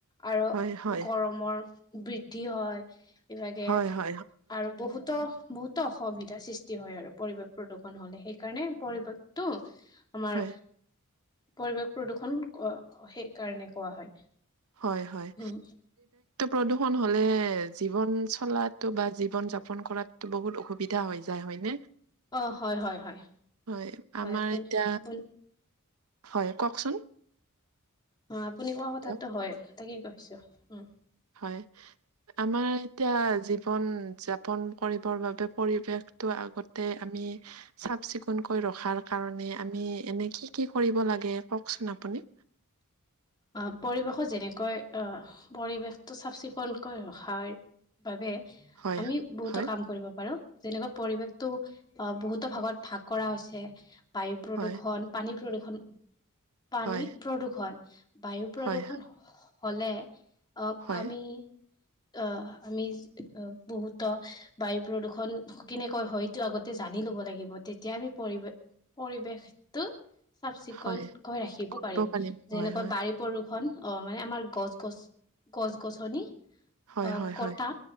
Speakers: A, on the left (about 20°); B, on the right (about 75°).
A: আৰু
B: হয় হয় হয়
A: গৰমৰ বৃদ্ধি হয় এইভাগে
B: হয় হয় হয় হয় হয় হয়
A: আৰু বহুতো বহুতো অসুবিধ এতিয়া সৃষ্টি হয় আৰু পৰিৱেশ প্ৰদূষণ হলে সেইকাৰণে পৰিৱেশতটো। আমাৰ
B: হয় হয়
A: পৰিৱেশ প্ৰদূৰষণ সেইকাৰণে কোৱা হয়।
B: হয় হয়।
A: উম,
B: প্ৰদূষণ হলে জীৱন চলাতো বা জীৱন যাপন কৰাতো বহুত অসুবিধা হৈ যায় হয় ন
A: অ' হয়, হয়, হয়,
B: হয় আমাৰ
A: আপুনি
B: এতিয়া।
A: আপুনি
B: হয় কওকচোন।
A: অ আপুনি কোৱা কথাাতটো
B: দিয়ক।
A: হয় তাকে কৈছো উ।
B: হয়, আমাৰ এতিয়া জীৱন যাপন কৰিবৰ বাবে পৰিৱেশ। আগতে আমি চাফ চিকুণকৈ ৰখাৰ কাৰণে আমি এনে কি কি কৰিব ল। লাগে কওকচোন আপুনি।
A: <unintelligible> আহ পৰিৱেশত যেনেকৈ আহ পৰিৱেশটো চাফ চিকুণকৈ ৰখাৰ। বাবে
B: হয়,
A: আমি বহুতো
B: হয়,
A: কাম কৰিব পাৰো। যেনেকুৱা পৰিৱেশতটো বহুতো ভাগত ভাগ কৰা হৈছে বায়ু প্ৰদূৰষণ
B: হয়,
A: পানী। প্ৰদূৰ্ষণ পানী,
B: হয়,
A: প্ৰদূৰ্ষণ বায়ু, প্ৰদূৰ্ষণ
B: হয়,
A: হলে আহ
B: হয়,
A: আমি। অ আমি বহুত বায়ু প্ৰদূৰ্ষণ কেনেকৈ হয়তটো আগতে জানি। লব লাগিব তেতিয়া আমি পৰি পৰিৱেশটো। চাফ চিকুণকৈ
B: হয়।
A: ৰাখিব
B: কৰিব
A: পাৰিম যেনে
B: হয়, হয়,
A: বৰষুণ অ মানে আমাৰ গছ গছ গছ গছনি।
B: হয়,
A: অ
B: হয়,
A: কটা
B: হয়,